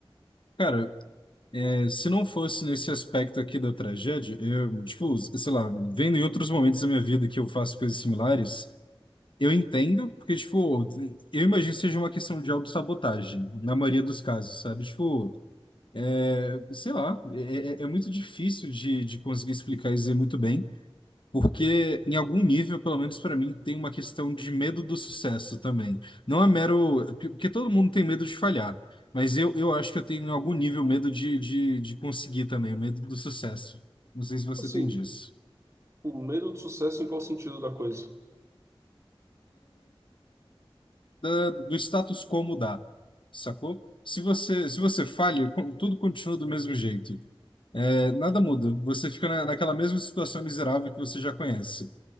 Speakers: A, on the left; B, on the right.
A: Cara, é, se não fosse nesse aspecto aqui da tragédia, eu, tipo, sei lá, vendo em outros momentos da minha vida que eu faço coisas similares, eu entendo, porque, tipo, eu imagino que seja uma questão de autossabotagem, na maioria dos casos, sabe? Tipo, é, sei lá, é, é- é muito difícil de, de conseguir explicar e dizer muito bem, Porque, em algum nível, pelo menos para mim, tem uma questão de medo do sucesso também. Não é mero. Porque porque todo mundo tem medo de falhar. Mas eu, eu acho que eu tenho, em algum nível, medo de, de, de conseguir também, o medo do sucesso. Não sei se você
B: Assim,
A: tem disso.
B: o medo do sucesso em qual sentido da coisa?
A: Da- do status quo mudar, sacou? Se você, se você falha, con- tudo continua do mesmo jeito. É, nada muda. Você fica na, naquela mesma situação miserável que você já conhece.